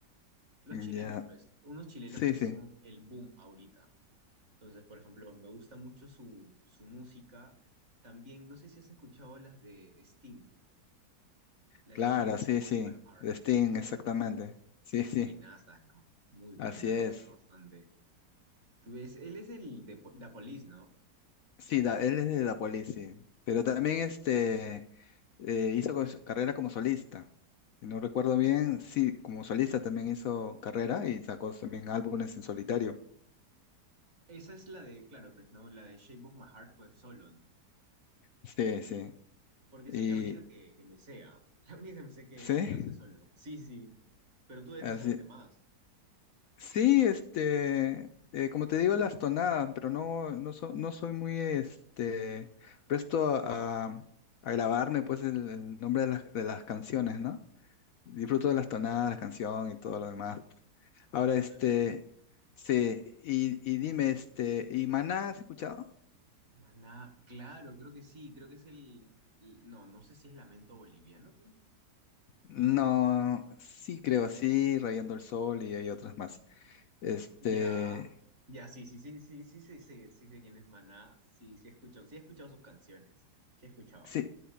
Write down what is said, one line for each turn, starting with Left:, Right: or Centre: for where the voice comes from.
Right: Los chilenos,
Left: Ya,
Right: pues, unos chilenos
Left: Sí,
Right: que
Left: sí.
Right: son el boom ahorita. Entonces, por ejemplo, me gusta mucho su, su música. También, no sé si has escuchado las de Sting, la
Left: Claro,
Right: de Shape
Left: sí,
Right: of
Left: sí.
Right: My Heart.
Left: De Sting,
Right: Esas
Left: exactamente. Sí, sí.
Right: buenazas, ¿no? Muy buena,
Left: Así
Right: me
Left: es.
Right: gusta bastante. Tú ves, él es el de Po- Da Police, ¿no?
Left: Sí, da- él es de Dapolis, sí. Pero también este eh, hizo co- su carrera como solista. Si no recuerdo bien, sí, como solista también hizo carrera y sacó también álbumes en solitario.
Right: Esa es la de, claro, pues, ¿no? La de Shape of My Heart fue solo, ¿no?
Left: Sí, sí.
Right: Porque
Left: Y
Right: esa es la única que, que me sea. <laughs> La única que me sé que
Left: sí,
Right: él hace solo. Sí, sí. Pero tú debes
Left: así.
Right: de saberte más.
Left: Sí, este, eh, como te digo, las tonadas, pero no, no, so- no soy muy, este, presto a, a grabarme, pues, el, el nombre de las, de las canciones, ¿no? Disfruto
Right: Mm,
Left: de las tonadas, la canción y todo lo demás. Ahora,
Right: Tú solo
Left: este,
Right: la vives.
Left: sí, y, y dime, este, ¿y Maná has escuchado?
Right: Maná, claro, creo que sí, creo que es el, el- no, no sé si es Lamento boliviano. ¿no?
Left: No, sí creo, sí, Rayando el Sol y hay otras más. Este,
Right: Ya, ya, sí, sí, sí, sí, sí, sí, sí, sí sé quién es Maná, sí, sí he escuchado, sí he escuchado sus canciones, sí he escuchado.
Left: sí,